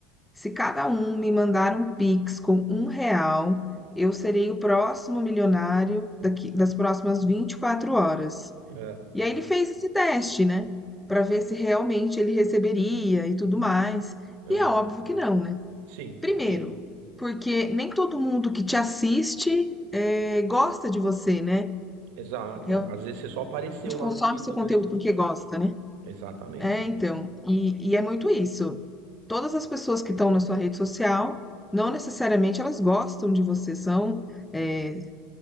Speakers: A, in the centre; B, on the right.
A: se cada um me mandar um Pix com um real, eu serei o próximo milionário daqui, das próximas 24 horas.
B: É.
A: E aí ele fez esse teste, né? Para ver se realmente ele receberia e tudo mais.
B: uhum.
A: E é óbvio que não, né?
B: Sim,
A: Primeiro,
B: sim,
A: porque nem todo mundo que te assiste eh, gosta de você, né?
B: exato.
A: Realmente
B: Às vezes você só apareceu lá
A: consome
B: no feed
A: seu
B: da
A: conteúdo
B: pessoa.
A: porque gosta, né?
B: Exatamente,
A: É, então, e, e é muito isso. Todas as pessoas que estão na sua rede social, não necessariamente elas gostam de você, são, eh,